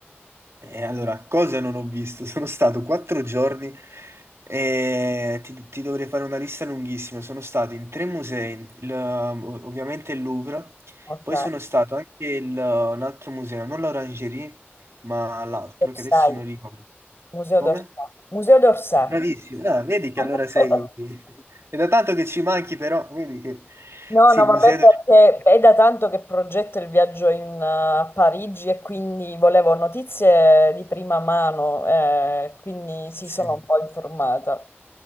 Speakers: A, on the right; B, on the left.
A: E allora, cosa non ho visto? <laughs> Sono stato quattro giorni e ti, ti dovrei fare una lista lunghissima. Sono stato in tre musei, il, um, ov- ovviamente il Louvre,
B: Ok,
A: poi sono stato anche il, uh, un altro museo, non l'Orangerie, ma l'altro
B: Museo d'Orsay.
A: che adesso non ricordo.
B: Museo
A: Come?
B: d'Orsay. Museo d'Orsay.
A: Bravissimo. Ah, vedi che
B: <laughs>
A: allora sei... <laughs> È da tanto che ci manchi, però vedi che...
B: No,
A: Sì,
B: no,
A: il
B: vabbè,
A: museo... del-
B: perché è da tanto che progetto il viaggio in, eh, a Parigi e quindi volevo notizie di prima mano, eh, quindi sì,
A: Sì.
B: sono un po' informata.